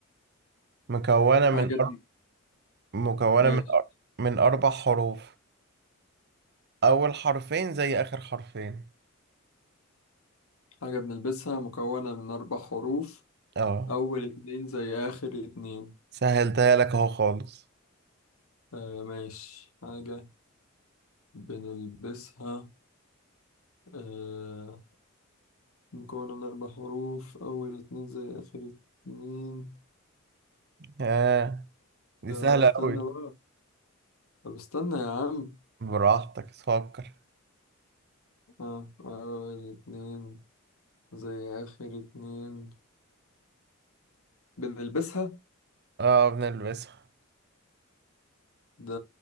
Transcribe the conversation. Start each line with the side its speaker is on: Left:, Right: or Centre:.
Right: مكونة من
Left: حاجة ب-
Right: مكونة
Left: ماشي
Right: من أر- من أربع حروف أول حرفين زي آخر حرفين
Left: حاجة بنلبسها مكونة من اربع حروف
Right: اه
Left: اول اتنين زي اخر اتنين
Right: سهلتها لك أهو خالص
Left: آه ماشي حاجة بنلبسها آه مكونة من أربع حروف أول اتنين زي آخر اتنين
Right: ها دي
Left: لا
Right: سهلة
Left: استنى
Right: أوي
Left: بقى طب استنى يا عم
Right: براحتك فكر
Left: آه أول اتنين زي آخر اتنين بنلبسها
Right: اه بنلبسها
Left: ده